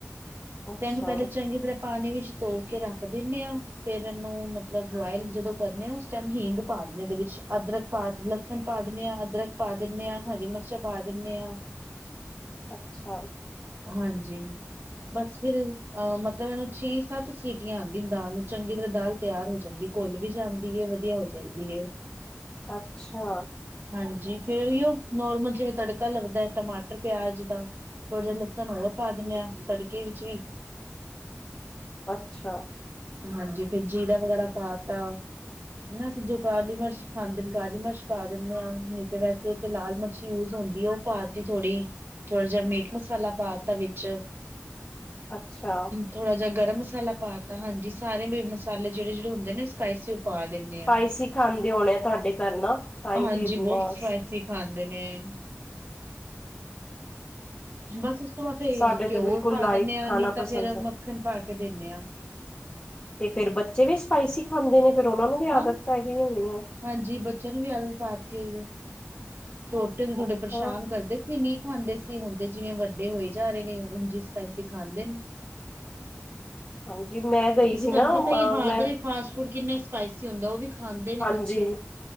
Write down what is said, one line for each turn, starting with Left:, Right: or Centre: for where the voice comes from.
Left: ਅੱਛਾ
Right: ਤੈਨੂੰ ਪਹਿਲੇ ਚੰਗੀ ਤਰ੍ਹਾਂ ਪਾਣੀ, ਵਿੱਚ ਧੋ ਕੇ ਰੱਖ ਦਿੰਨ ਹਾਂ। ਫੇਰ ਇਹਨੂੰ ਮਤਲਬ, ਬੋਇਲ ਜਦੋਂ ਕਰਨੇ ਆ ਉਸ ਟਾਈਮ ਹਿੰਂਗ ਪਾ ਦੇਣੇ ਇਹਦੇ ਵਿੱਚ ਅਦਰਕ ਪਾ ਲਸਣ ਪਾ ਪਾ ਦਿੰਦੇ ਹਾਂ ਅਦਰਕ ਪਾ ਦਿੰਨੇ, ਹਾਂ ਹਰੀ ਮਿਰਚਾਂ ਪਾ ਦਿੰਦੇ ਹਾਂ।
Left: ਅੱਛਾ।
Right: ਹਾਂਜੀ ਬਸ ਫਿਰ ਅਹ ਮਤਲਬ, ਇਹਨੂੰ ਛੇ ਸੱਤ ਸੀਟੀਆਂ ਆਦੀਆਂ ਦਾਲ ਨੂੰ ਚੰਗੀ ਤਰ੍ਹਾਂ ਦਾਲ ਤਿਆਰ ਹੋ ਜਾਣਗੀ, ਘੁੱਲ ਵੀ ਜਾਂਦੀ ਵਧੀਆ ਹੋ ਜਾਂਦੀ ਹੈ।
Left: ਅੱਛਾ।
Right: ਹਾਂਜੀ ਫੇਰ ਔਈਓ ਨੋਰਮਲ, ਜਿਵੇਂ ਤੜਕਾ ਲੱਗਦਾ ਟਮਾਟਰ ਪਿਆਜ ਦਾ ਥੋੜ੍ਹਾ ਜਾ ਲਸਣ, ਹੋਰ ਪਾ ਦਿੰਨੇ ਆਂ ਤੜਕੇ ਵਿੱਚ ਵੀ
Left: ਅੱਛਾ।
Right: ਹਾਂਜੀ, ਫਿਰ ਜੀਰਾ ਵਗੈਰਾ ਪਾ ਤਾ ਹਨਾ ਜੋ ਕਲੀ ਮਰਸ਼ ਖਾਂਦੇ ਕਲੀ ਮਿਰਚ ਪਾ ਦਿੰਦੇ ਆ, ਨਹੀਂ ਤੇ ਵੈਸੇ ਤੇ ਲਾਲ ਮਿਰਚ ਯੂਜ ਹੁਦੀ ਉਹ ਪਾ ਤ ਥੋੜ੍ਹੀ-ਥੋੜ੍ਹਾ ਜਿ ਮੀਟ ਮਸਾਲਾ ਪਾ ਦਿਤਾ, ਵਿਚ
Left: ਅੱਛਾ
Right: ਥੋੜਾ ਜਾ ਗਰਮ, ਮਸਾਲਾ ਪਾ ਦਿਤਾ ਹਾਂਜੀ- ਸਾਰੇ ਵੀ ਮਸਾਲੇ ਜਿਹੜੇ- ਜਿਹੜੇ ਹੁਦੇ ਨੇ, ਸਪਾਈਸੀ ਪਾ ਦਿਦੇ
Left: ਸਪਾਈਸੀ
Right: ਹ
Left: ਖਾਂਦੇ ਹੋਣੇ ਆ ਤੁਹਾਡੇ ਘਰ ਨਾ ਤਾਂ ਹੀ
Right: ਹਾਂਜੀ,
Left: ਤੇ ਇੰਨਾ
Right: ਬਹੁਤ ਸਪਾਈਸੀ ਖਾਂਦੇ ਨੇ <inaudible> ਬਸ ਉਸ ਤੋਂ ਬਾਅਦ ਫੇਰ
Left: ਸਾਡੇ ਤੇ
Right: ਘਿਉ
Left: ਬਿਲਕੁਲ
Right: ਪਾ
Left: ਲਾਈਟ
Right: ਦਿਦੇ ਆ,
Left: ਖਾਣਾ
Right: ਨਹੀ ਤੇ
Left: ਪਸੰਦ
Right: ਫੇਰ ਮੱਖਣ
Left: ਹੈ
Right: ਪਾ ਕੇ ਦਿਦੇ ਆ। ਹ <inaudible>
Left: ਤੇ ਫੇਰ ਬੱਚੇ ਵੀ ਸਪਾਈਸੀ ਖਾਂਦੇ ਨੇ, ਫੇਰ ਉਹਨਾ ਨੂੰ ਵੀ
Right: ਹਾਂ
Left: ਆਦਤ ਪੈ ਗਈ ਹੋਣੀ ਹੈ।
Right: ਹਾਂਜੀ, ਬੱਚਿਆਂ ਨੂੰ ਵੀ ਆਦਤ ਪਾਦੀਤੀ ਹੋਈ ਹੈ। ਛੋਟੇ ਤੋਂ ਥੋਡੇ
Left: ਅੱਛਾ
Right: ਪਰੇਸ਼ਾਨ ਕਰਦੇ ਸੀ। ਖਾਂਦੇ ਸੀ ਹੁੰਦੇ ਜਿਵੇਂ ਵਡੇ ਹੋਏ, ਜਾ ਰਹੇ ਨੇ ਉਝ ਸਪਾਈਸੀ ਖਾਦੇ ਨੇ
Left: ਹਾਂਜੀ ਮੈਂ ਗਈ
Right: ਕਿਉਕਿ
Left: ਸੀ
Right: ਤੁਹਾਨੂੰ
Left: ਨਾ
Right: ਪਤਾ
Left: ਅ
Right: ਹੀ ਬਾਹਰ
Left: ਮੈਂ
Right: ਦਾ ਫਾਸਟ ਫੂਡ ਕਿਨਾ, ਸਪਾਈਸੀ ਹੁਦਾ ਉਹ ਵੀ ਖਾਦੇ ਨੇ
Left: ਹਾਂਜੀ।
Right: ਬੱਚੇ